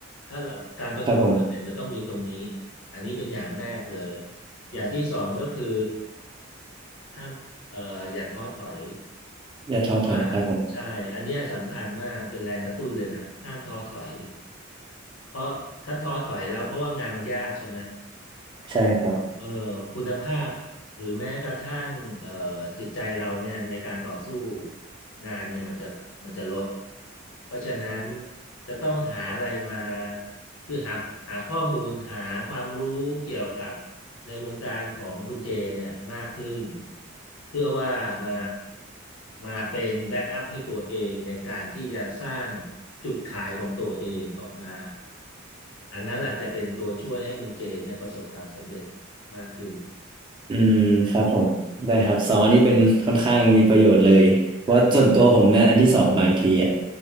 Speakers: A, on the left (about 75°); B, on the right (about 25°).
A: ถ้าเราการประสบความสำเร็จมันต้องมีตรงนี้
B: ครับผม
A: อันนี้เป็นอย่างแรกเลยอย่างที่สองก็คือห้ามเอ่ออย่าท้อถอย
B: อย่าท้อถอยครับผม
A: เพราะว่าใช่อันเนี้ยสำคัญมากเป็นแรงกระตุ้นเลยนะห้ามท้อถอยเพราะถ้าท้อถอยแล้วเพราะว่างานมันยากใช่ไหม
B: ใช่ครับ
A: เอ่อคุณภาพหรือแม้กระทั่งเอ่อจิตใจเราเนี่ยในการต่อสู้งานเนี่ยมันจะมันจะลดเพราะฉะนั้นจะต้องหาอะไรมาคือหาหาข้อมูลหาความรู้เกี่ยวกับในวงการของคุณเจเนี่ยมากขึ้นเพื่อว่ามามาเป็นแบ็กอัพให้ตัวเองในการที่จะสร้างจุดขายของตัวเองออกมาอันนั้นแหละจะเป็นตัวช่วยให้คุณเจเนี่ยประสบความสำเร็จ มากขึ้น
B: อืมครับผมได้ครับสองอันนี้เป็นค่อนข้างมีประโยชน์เลยเพราะส่วนตัวผมนะอันที่สองบางทีอ่ะ
A: ครับ